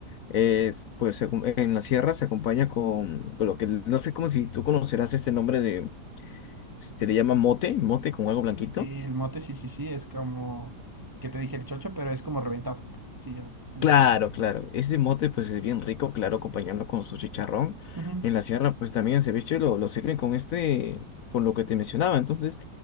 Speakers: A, on the left (about 65°); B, on the right (about 25°).
A: es, pues se acom- en la sierra se acompaña con, con lo que, no sé cómo si tú conocerás este nombre de, se le llama mote, mote con algo blanquito.
B: Y el mote, sí, sí, sí, es como que te dije el chocho, pero es como reventado. Sí, el, el
A: Claro,
B: mote.
A: claro, ese mote pues es bien rico, claro, acompañando con su chicharrón.
B: Ujú.
A: En la sierra pues también el ceviche lo, lo sirven con este, con lo que te mencionaba. Entonces